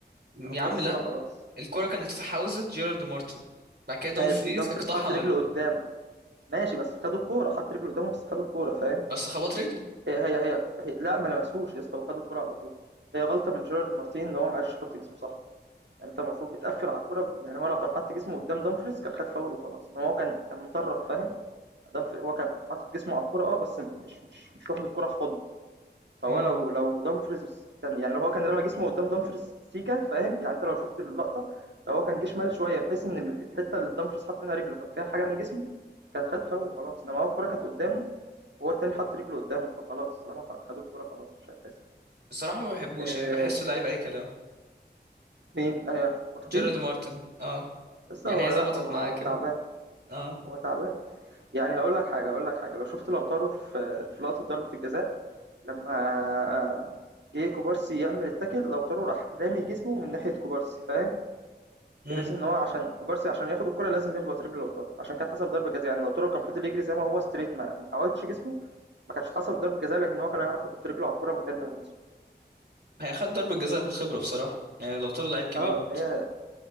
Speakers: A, on the right (about 65°); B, on the right (about 85°).
A: يا
B: فلما
A: عم
B: خد الكورة
A: لا
B: خلاص
A: الكرة كانت في حوزة جيرارد مارتن بعد كده دومفريز
B: ماشي دامفريز
A: اقتحم
B: حط رجله
A: ال...
B: قدامه ماشي بس خد الكورة حط رجله قدامه بس خد الكورة فاهم
A: بس خبط رجله
B: هي هي هي, هي لا ما لمسوش يا اسطى خد الكورة على طول هي غلطة من جيرارد مارتين ان هو ما عرفش يحط جسمه صح يعني انت المفروض بتقفل على الكورة يعني هو لو كان حط جسمه قدام دامفريز كان خد فاول وخلاص انما هو كان كان مطرف فاهم دامفريز هو كان حاطط جسمه على الكورة اه بس مش مش مش واخد الكورة في حضنه فهو
A: امم
B: لو لو دامفريز كان يعني لو هو كان رمى جسمه قدام دامفريز سيكا فاهم يعني انت لو شفت اللقطه لو هو كان جه شمال شويه بحيث ان ال- الحته اللي دامفريز حاط منها رجله كان فيها حاجه من جسمه كان خد فاول خلاص انما هو الكره كانت قدامه وهو التاني حط رجله قدامه فخلاص طالما خ- خدوا الكره خلاص مش هيتحسب
A: بصراحة ما بحبوش
B: آه
A: يعني بحسه لعيب اي كلام
B: مين انا واحد مارتين
A: جيرارد مارتن اه
B: لسه
A: يعني
B: هو
A: هي
B: لا
A: ظبطت
B: هو
A: معاه
B: هو
A: كده
B: تعبان
A: اه
B: هو تعبان يعني هقول لك حاجه هقول لك حاجه لو شفت لو في في لقطه ضربه الجزاء لما آه، جه كوبارسي يعمل التاكل لو راح رامي جسمه من ناحيه كوبارسي فاهم
A: امم
B: بحيث ان هو عشان كوبارسي عشان ياخد الكرة لازم يخبط رجل لوتارو عشان كانت حسب ضربة جزاء يعني لوتارو كان فضل يجري زي ما هو ستريت ما ما حاولتش جسمه ما كانتش حسب ضربة جزاء لكن هو كان يعرف يحط رجله على الكرة من غير ما يلمسها
A: هي خد ضربة جزاء بالخبرة بصراحة يعني لو طار لعيب كبير
B: اه
A: برضه
B: هي